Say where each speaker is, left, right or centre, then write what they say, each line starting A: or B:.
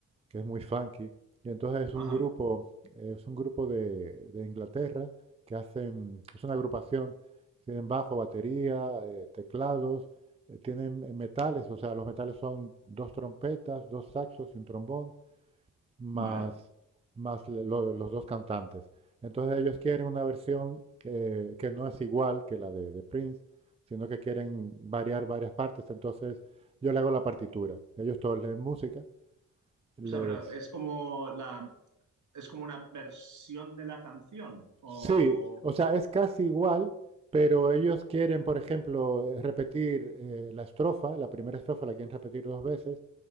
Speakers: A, on the right; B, on the right.
A: que es muy funky. Y entonces es
B: Ajá.
A: un grupo, es un grupo de, de Inglaterra que hacen, es una agrupación, tienen bajo, batería, eh, teclados, eh, tienen metales, o sea, los metales son dos trompetas, dos saxos y un trombón, más,
B: Vale.
A: más lo- los dos cantantes. Entonces ellos quieren una versión eh, que no es igual que la de, de Prince, sino que quieren variar varias partes. Entonces yo le hago la partitura. Ellos todos leen música, les,
B: O sea, pero es como la, es como una versión de la canción. O.
A: Sí, o sea, es casi
B: Vale.
A: igual, pero ellos quieren, por ejemplo, eh, repetir eh, la estrofa, la primera estrofa la quieren repetir dos veces,